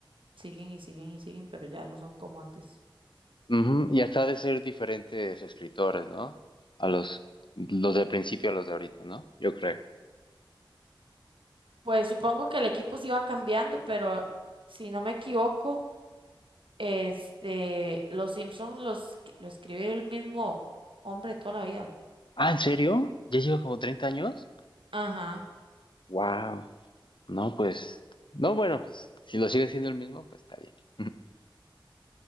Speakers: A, on the right; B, on the left.
A: siguen y siguen y siguen, pero ya no son como antes.
B: Ujú, Y hasta ha de ser diferentes escritores, ¿no? A los, los del principio a los de ahorita, ¿no? Yo creo.
A: Pues supongo que el equipo se iba cambiando, pero si no me equivoco, este, los Simpson los que- lo escribe el mismo hombre toda la vida.
B: Ah, ¿en serio? ¿Ya lleva como 30 años?
A: Ajá.
B: Wow. No, pues. No, bueno, pues si lo sigue siendo el mismo, pues está bien. <laughs>